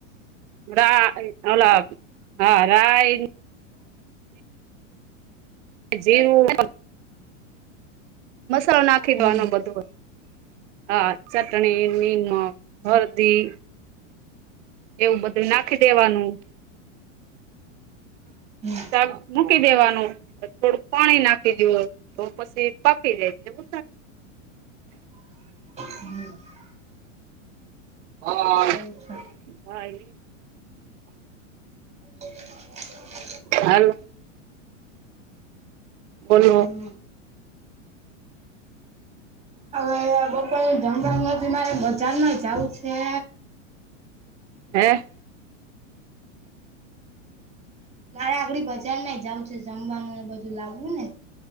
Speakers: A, on the right; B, on the right.
A: રા ઓલા હા રાય. જેવું <inaudible> મસાલો નાખી
B: હમ હમ
A: દેવાનો બધો. હા ચટણી નિમક હળદી એવું બધું નાખી દેવાનું
B: હમ
A: શાક મૂકી દેવાનું, પછ થોડુંક પાણી નાખી દાયો, તો પછી પાકી જાય. <unintelligible>
B: <unintelligible>
A: હા
B: એવું છે
A: હાઈ
B: <inaudible>
A: હાલો. બોલો.
B: હમ
A: <inaudible>
B: હવે બપોરનું જમવાનું હજી મારે બજારમાંય જાવું છે.
A: હે
B: મારે આગળ બજાર ના જાવું છે જમવાનું બધું લાવવું ને